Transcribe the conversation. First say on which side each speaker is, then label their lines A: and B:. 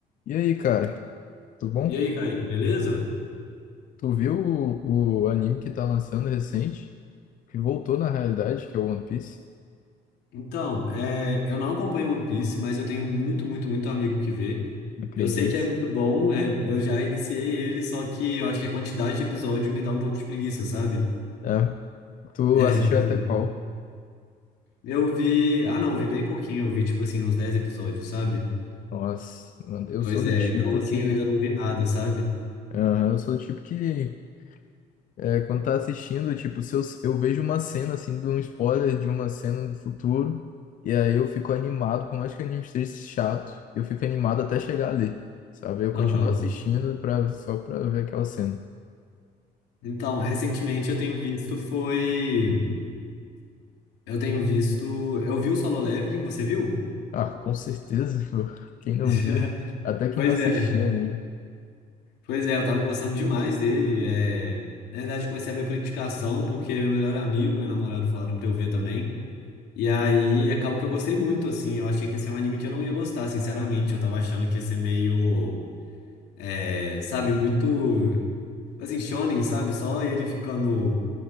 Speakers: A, on the left; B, on the left.
A: E aí, cara, tudo bom?
B: E aí, Kaique, beleza?
A: Tu viu o, o anime que tá lançando recente, que voltou na realidade, que é o One Piece?
B: Então, é, eu não acompanho One Piece, mas eu tenho muito, muito, muito amigo que vê.
A: Não acredito.
B: Eu sei que é muito bom, é, eu já iniciei ele, só que eu acho que a quantidade de episódio me dá um pouco de preguiça, sabe? <laughs>
A: É, tu
B: É,
A: assistiu
B: pois
A: até
B: é.
A: qual?
B: Eu vi. Ah, não, eu vi bem pouquinho, eu vi tipo assim, uns 10 episódios, sabe?
A: Nossa, mano, eu
B: Pois
A: sou do
B: é,
A: tipo
B: então assim,
A: que.
B: eu ainda não vi nada, sabe?
A: Aham, eu sou do tipo que. é, quando tá assistindo, tipo, se eu, eu vejo uma cena, assim, de um spoiler de uma cena do futuro, e aí eu fico animado, por mais que o anime esteja chato, eu fico animado até chegar ali, sabe? Eu
B: Aham.
A: continuo assistindo pra, só pra ver aquela cena.
B: Então, recentemente eu tenho visto foi. Eu tenho visto. Eu vi o Solo Leveling, você viu?
A: Ah, com certeza, <laughs> pô. Quem não
B: <laughs>
A: viu, até quem
B: Pois
A: não assistia
B: é.
A: anime.
B: Pois é, eu tava gostando demais dele. É... Na verdade, eu comecei a ver por indicação, porque meu melhor amigo, e meu namorado falaram pra eu ver também. E aí, acabou que eu gostei muito, assim. Eu achei que ia ser um anime que eu não ia gostar, sinceramente. Eu tava achando que ia ser meio, é, sabe, muito, assim, shonen, sabe? Só ele ficando,